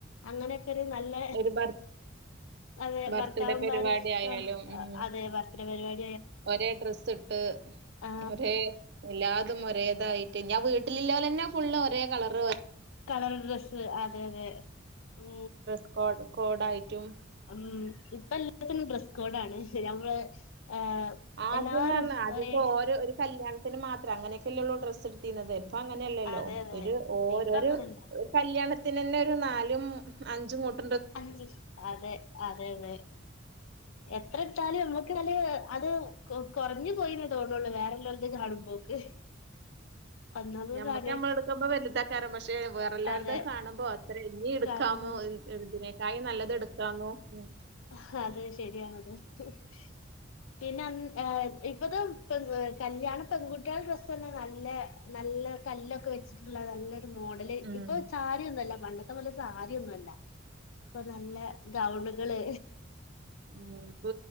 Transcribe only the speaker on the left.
അങ്ങനെയൊക്കെ ഒരു നല്ല
അതെ
ഭർത്താവും
ഭാര്യയും
അതെ ബർത്തടെ പരിപാടി
ആ
കളർ ഡ്രസ്സ് അതെ അതെ ഉ
ഉ ഇപ്പ എല്ലാത്തിനും ഡ്രസ് കോഡണ് അ ശരിയ നമ്മള് ഏ
എല്ലാരും
ഒരേ
അതെ അതെ
ഇപ്പ അങ്ങനല്ല
അഞ്ച് അതെ അതെ അതെ എത്ര ഇട്ടാലും നമ നല്ല അത് കുറഞ്ഞു പോയിന്ന തോന്നുള്ളൂ വേറെല്ലാം കാണുമ്പോക്ക് ഒന്നാമതാണ്
അതെ
കാണുമ്പോ
ഹാ അത് ശരിയാണത് <unintelligible> പിന്നെ മ്മ് ഏ ഇപ്പത് പെൺ കല്യാണ പെൺകുട്ടികള ഡ്രസ് തന്നെ നല്ല നല്ല നല്ല കല്ലൊക്കെ വെച്ചിട്ടുള്ള നല്ല മോഡല്
ഇപ്പൊ സാരിയൊന്നുഅല്ല പണ്ടത്തെ പോലെ സാരിയൊന്നുഅല്ല ഇപ്പൊ നല്ല ഗൗണ്കള്